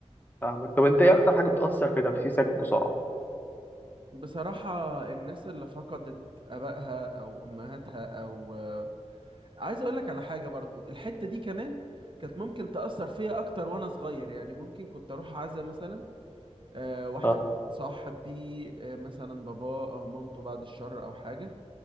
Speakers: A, on the left; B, on the right.
A: فاهمك طب انت ايه اكتر حاجه بتاثر في نفسيتك بسرعه
B: بصراحة الناس اللي فقدت آبائها أو أمهاتها أو عايز اقول لك على حاجه برضو الحته دي كمان كانت ممكن تاثر فيا اكتر وانا صغير يعني ممكن كنت اروح عزا مثلا آه واحد
A: اه،
B: صاحبي آه مثلا بابا او مامته بعد الشر او حاجه